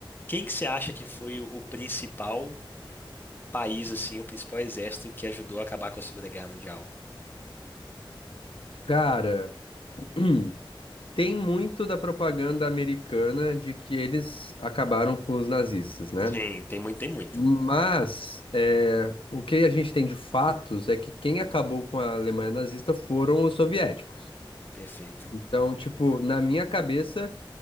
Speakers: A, on the left; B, on the left.
A: quem que você acha que foi o principal país, assim, o principal exército que ajudou a acabar com a Segunda Guerra Mundial?
B: Cara, <clears throat> tem muito da propaganda americana de que eles acabaram com os nazistas, né?
A: Sim, tem muito, tem muito.
B: Mas é, o que a gente tem de fatos é que quem acabou com a Alemanha nazista foram os soviéticos.
A: Perfeito.
B: Então, tipo, na minha cabeça